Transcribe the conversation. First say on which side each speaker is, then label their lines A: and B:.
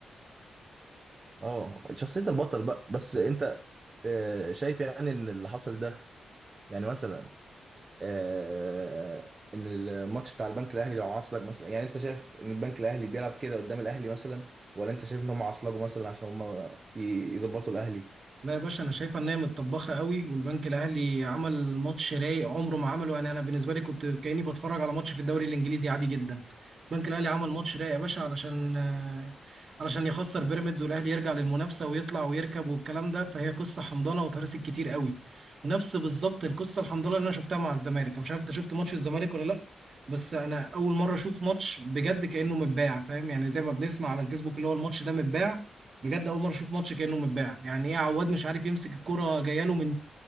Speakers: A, on the right; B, on the right.
A: اه شخصية البطل بقى بس انت آه، شايف يعني ان اللي حصل ده يعني مثلا آه، ان الماتش بتاع البنك الاهلي لو عصلك مثلا يعني انت شايف ان البنك الاهلي بيلعب كده قدام الاهلي مثلا ولا انت شايف ان هم عصلجوا مثلا عشان هم ي- يظبطوا الاهلي
B: لا يا باشا انا شايفه ان هي متطبخه قوي والبنك الاهلي عمل ماتش رايق عمره ما عمله يعني انا بالنسبه لي كنت كاني بتفرج على ماتش في الدوري الانجليزي عادي جدا البنك الاهلي عمل ماتش رايق يا باشا علشان آه، علشان يخسر بيراميدز والاهلي يرجع للمنافسه ويطلع ويركب والكلام ده فهي قصه حمضانه وتهرست كتير قوي ونفس بالظبط القصه الحمضانه اللي انا شفتها مع الزمالك انا مش عارف انت شفت ماتش الزمالك ولا لا بس انا اول مره اشوف ماتش بجد كانه متباع فاهم يعني زي ما بنسمع على الفيسبوك اللي هو الماتش ده متباع بجد اول مره اشوف ماتش كانه متباع يعني ايه عواد مش عارف يمسك الكره جايه له من